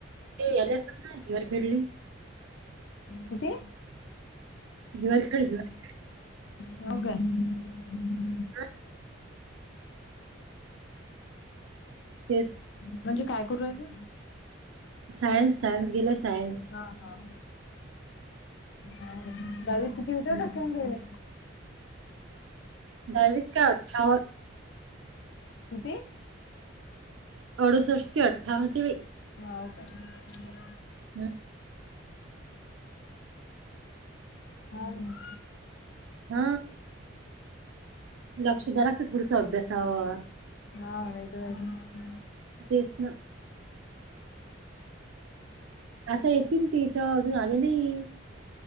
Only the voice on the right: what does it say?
ते याले असतात ना हेअर खेडलिंग
हिवाल कडे हिवाल.
अन तेच
सायन्स सायन्स गेल सायन्स.
हं.
दहावीत काय अठ्ठाव
अडुसष्ट के अठ्ठाव ते वई.
हम्म
हा लक्ष द्याला लागत थोडस अभ्यासावर.
तेच ना. आता येतील ते इथं अजून आले नाही.